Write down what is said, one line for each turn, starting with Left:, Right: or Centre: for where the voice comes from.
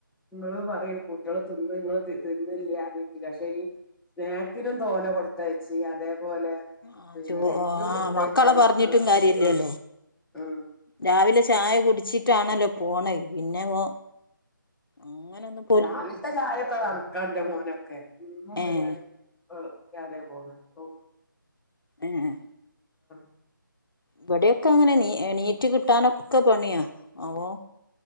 Centre: ഇങ്ങള് പറയൂം കുട്ടിയള് തിന്ന് തിന്ന്ല്ല്യാ തീറ്റിക്കാ പക്ഷേ ഇ സ്നേക്ക്സിനും തോനെ കൊടുത്തയച്ചി അതേപോലെ
Left: ആഹ്
Centre: പിന്നെ
Left: ചോ
Centre: ലഞ്ചും
Left: ആഹ്
Centre: കൊടുത്തഴച്ചാ
Left: മക്കളെ
Centre: മക്കള്
Left: പറഞ്ഞിട്ടും കാര്യല്ലല്ലോ
Centre: ഉം ഉം
Left: രാവിലെ ചായ കുടിച്ചിട്ടാണല്ലോ പോണഹ് പിന്നെ പോ അങ്ങനെ ഒന്നും
Centre: രാവിൽത്തെ ചായ ഒക്കെ കണക്കാ ഇന്റെ മോനൊക്കെ ഒന്നും മര്യാദി
Left: ഏഹ്
Centre: കുടിക്കാതെ പോണേ ഓഹ്
Left: ഏഹ്
Centre: <unintelligible>
Left: ഇവിടെയൊക്കെ അങ്ങനെ എണീറ്റ് കിട്ടാനൊക്കെ പണിയാ അപ്പോ